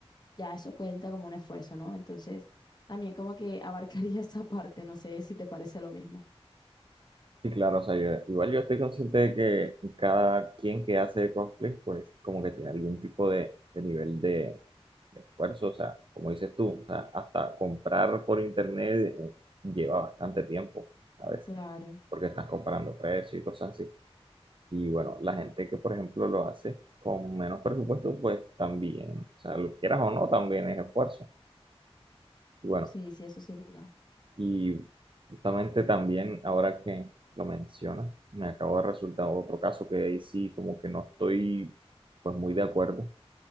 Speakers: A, on the left; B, on the right.
A: ya eso cuenta como un esfuerzo, ¿no? Entonces, también como que abarcaría <laughs> esa parte, no sé si te parece lo mismo.
B: sí, claro, o sea, yo- igual yo estoy consciente de que cada quien que hace cosplay, pues como que tiene algún tipo de, de nivel de, de esfuerzo, o sea, como dices tú, o sea, hasta comprar por internet eh, lleva bastante tiempo a veces.
A: Claro,
B: porque estás comparando precios y cosas así. Y bueno, la gente que, por ejemplo, lo hace con menos presupuesto, pues también, o sea, lo quieras o no, también es esfuerzo. Y bueno,
A: sí, sí, eso sí es verdad.
B: y justamente también, ahora que lo mencionas, me acabo de resultar otro caso que ahí sí, como que no estoy, pues, muy de acuerdo.